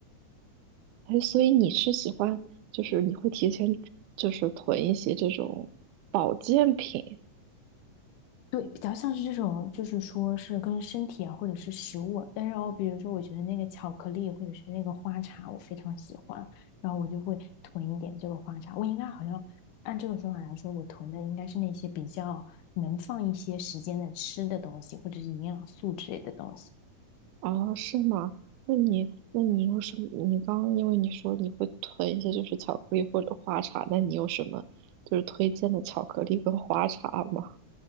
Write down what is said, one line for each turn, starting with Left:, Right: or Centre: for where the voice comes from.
Right: 哎，所以你是喜欢，就是你会提前就是囤一些这种保健品，
Left: 对，比较像是这种，就是说是跟身体啊，或者是食物啊但是哦，比如说，我觉得那个巧克力或者是那个花茶，我非常喜欢，然后我就会囤一点这个花茶。我应该好像按这个说法来说，我囤的应该是那些比较能放一些时间的吃的东西，或者是营养素之类的东西。
Right: 哦，是吗？那你，那你有什么？你刚刚因为你说你会囤一些就是巧克力或者花茶，那你有什么就是推荐的巧克力跟花茶吗？